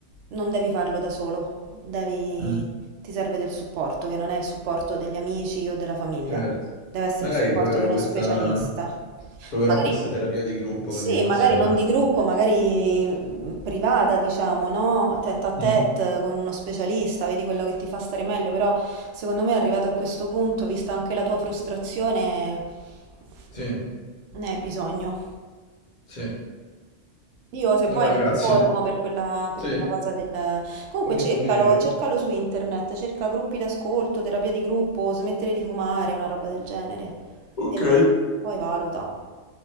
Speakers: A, on the right; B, on the left.
A: non devi farlo da solo, devi,
B: mm,
A: ti serve del supporto, che non è il supporto degli amici o della famiglia,
B: certo,
A: deve essere
B: magari
A: il supporto
B: proverò
A: di uno
B: questa,
A: specialista.
B: proverò
A: Magari
B: questa terapia di gruppo
A: sì,
B: che mi hai consigliato.
A: magari non di gruppo, magari mm, privata, diciamo, no? Tête a tête
B: Mm,
A: con uno specialista, vedi quello che ti fa stare meglio, però secondo me arrivato a questo punto, vista anche la tua frustrazione,
B: Sì,
A: mhmm, ne hai bisogno.
B: sì.
A: Io se
B: Allora
A: vuoi mi
B: grazie.
A: informo per quella, per
B: Sì,
A: quella cosa del... Comunque
B: fammi
A: cercalo,
B: sapere.
A: cercalo su internet, cerca gruppi d'ascolto, terapia di gruppo, smettere di fumare, una roba del genere.
B: Ok.
A: E vedi, poi valuta.